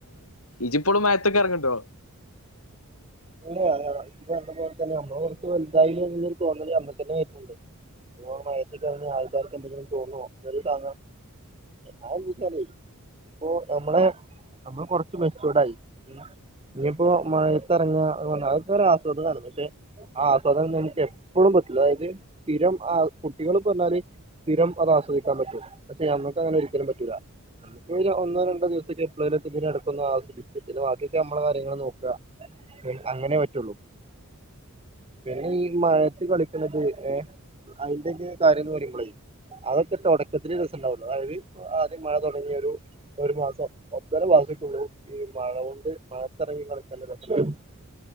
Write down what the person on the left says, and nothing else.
ഇജിപ്പോളും ഇത്തക്ക ഇറങ്ങ്ണ്ടോ